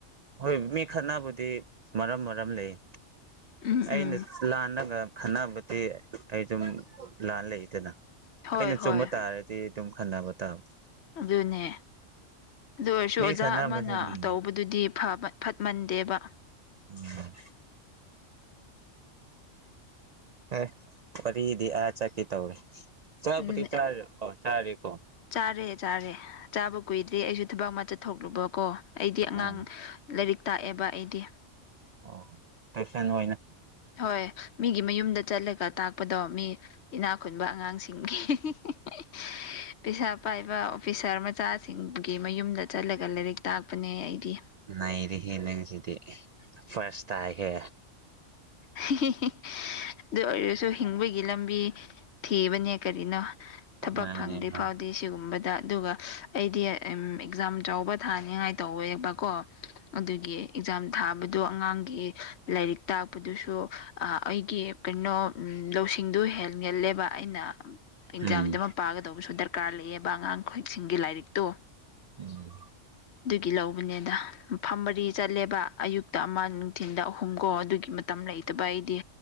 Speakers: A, on the right; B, on the left.
A: ꯍꯣꯏ ꯃꯤ ꯈꯠꯅꯥꯕꯨ ꯏ ꯃꯔꯝ ꯃꯔꯝ ꯂꯩꯌꯦ
B: ꯎꯝ
A: ꯑꯩꯅ
B: ꯎꯝ
A: ꯂꯥꯟꯅꯒ ꯈꯟꯅꯕꯗꯤ ꯑꯩ ꯑꯗꯨꯝ ꯂꯥꯟ ꯂꯩꯗꯅ
B: ꯍꯣꯏ
A: ꯑꯩꯅ
B: ꯍꯣꯏ
A: ꯆꯨꯝꯕ ꯇꯥꯔꯗꯤ ꯗꯨꯝ ꯈꯅꯥꯕꯇꯥꯕ
B: ꯑꯗꯨꯅꯦ ꯑꯗꯨ ꯑꯣꯏꯔꯁꯨ
A: ꯃꯤ
B: ꯑꯣꯖꯥ
A: ꯈꯠꯅꯕꯁꯦ
B: ꯑꯃꯅ
A: ꯎꯝ
B: ꯇꯧꯕꯗꯨꯗꯤ ꯐꯕ ꯐꯠꯃꯟꯗꯦꯕ
A: ꯎꯝ ꯑꯦ ꯋꯥꯔꯤꯗꯤ ꯑꯥ ꯆꯠꯀꯦ ꯇꯧꯔꯦ ꯆꯥꯛꯄꯨꯗꯤ
B: ꯑꯗꯨꯅꯦ
A: ꯆꯥꯔꯦ ꯑꯣ ꯆꯥꯔꯦꯀꯣ
B: ꯆꯥꯔꯦ ꯆꯥꯔꯦ ꯆꯥꯕ ꯀꯨꯏꯗ꯭ꯔꯤ ꯑꯩꯁꯨ ꯊꯕꯛ ꯑꯃ ꯆꯠꯊꯣꯛꯂꯨꯕ ꯀꯣ ꯑꯩꯗꯤ ꯑꯉꯥꯡ
A: ꯑꯣ
B: ꯂꯥꯏꯔꯤꯛ ꯇꯥꯛꯑꯦꯕ ꯑꯩꯗꯤ
A: ꯑꯣ ꯇꯨꯏꯁꯟ ꯑꯣꯏꯅ
B: ꯍꯣꯏ ꯃꯤꯒꯤ ꯃꯌꯨꯝꯗ ꯆꯠꯂꯒ ꯇꯥꯛꯄꯗꯣ ꯃꯤ ꯏꯅꯥꯛ ꯈꯨꯨꯟꯕ ꯑꯉꯥꯡꯁꯤꯡꯒꯤ ꯍꯤ ꯍꯤ ꯍꯤ ꯄꯩꯁꯥ ꯄꯥꯏꯕ ꯑꯣꯐꯤꯁꯥꯔ ꯃꯆꯥꯁꯤꯡꯒꯤ ꯃꯌꯨꯝꯗ ꯆꯠꯂꯒ ꯂꯥꯏꯔꯤꯛ ꯇꯥꯛꯄꯅꯦ ꯑꯩꯗꯤ
A: ꯅꯩꯔꯦꯍꯦ ꯅꯪꯁꯤꯗꯤ ꯐꯥꯔꯁ ꯇꯥꯏꯍꯦ
B: ꯍꯤ ꯍꯤ ꯑꯗꯨ ꯑꯣꯏꯔꯁꯨ ꯍꯤꯡꯕꯒꯤ ꯂꯝ ꯊꯤꯕꯅꯦ ꯀꯔꯤꯅꯣ ꯊꯕꯛ
A: ꯃꯥꯅꯦ
B: ꯐꯪꯗ꯭ꯔꯤ
A: ꯃꯥꯅꯦ
B: ꯐꯥꯎꯗꯤ ꯁꯤꯒꯨꯝꯕ ꯗ ꯑꯗꯨꯒ ꯑꯩꯗꯤ ꯑꯦꯛꯖꯥꯝ ꯆꯥꯎꯕ ꯊꯥꯅꯤꯉꯥꯏ ꯇꯧꯋꯦꯕꯀꯣ ꯑꯗꯨꯒꯤ ꯑꯦꯛꯖꯥꯝ ꯊꯥꯕꯗꯣ ꯑꯉꯥꯡꯒꯤ ꯂꯥꯏꯔꯤꯛ ꯇꯥꯛꯄꯗꯨꯁꯨ ꯑꯥ ꯑꯩꯒꯤ ꯀꯩꯅꯣ ꯎꯝ ꯂꯧꯁꯤꯡꯗꯨ ꯍꯦꯟꯒꯜꯂꯦꯕ ꯑꯩꯅ ꯑꯦꯛꯖꯥꯝꯗꯃꯛ
A: ꯎꯝ
B: ꯄꯥꯒꯗꯧꯕꯁꯨ ꯗꯔꯀꯥꯔ ꯂꯩꯑꯦꯕ ꯑꯉꯥꯡ ꯈꯣꯏꯁꯤꯡꯒꯤ ꯂꯥꯏꯔꯤꯛꯇꯣ
A: ꯎꯝ
B: ꯑꯗꯨꯒꯤ ꯂꯧꯕꯅꯦꯗ ꯃꯐꯝ ꯃꯔꯤ ꯆꯠꯂꯦꯕ ꯑꯌꯨꯛꯇ ꯑꯃ ꯅꯨꯡꯊꯤꯟꯗ ꯑꯍꯨꯝ ꯍꯨꯝꯀꯣ ꯑꯗꯨꯒꯤ ꯃꯇꯝ ꯂꯩꯇꯕ ꯑꯩꯗꯤ